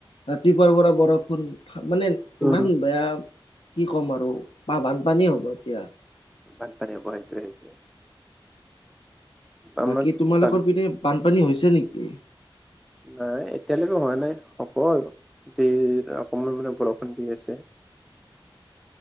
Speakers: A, on the left; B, in the centre.
A: ৰাতিপুৱাৰ পৰা বৰষুণ মানে
B: উম
A: ইমান বেয়া কি ক'ম আৰু বা বানপানী হ'ব এতিয়া।
B: বান পানী হ'ব সেইটোৱে সেইটোৱে। আমাক
A: বাকী তোমালোকৰ
B: বান
A: পিনে বানপানী হৈছে নেকি?
B: নাই এতিয়ালৈকে হোৱা নাই হ'ব আৰু, দি অকমান মানে বৰষুণ দি আছে।